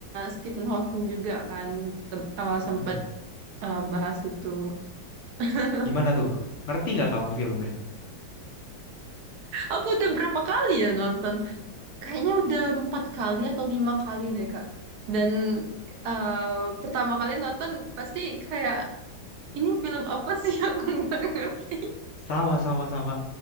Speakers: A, on the right (about 70°); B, on the left (about 70°).
A: Stephen Hawking juga kan tem- eh,
B: Mm-mm.
A: sempet eh, bahas itu. <laughs>
B: Gimana tuh? Ngerti nggak kamu filmnya?
A: Aku udah berapa kali ya nonton? Kayaknya udah empat kali atau lima kali deh, Kak. Dan eh, pertama kali nonton pasti kayak ini film apa sih <laughs> aku nggak ngerti
B: Sama sama sama.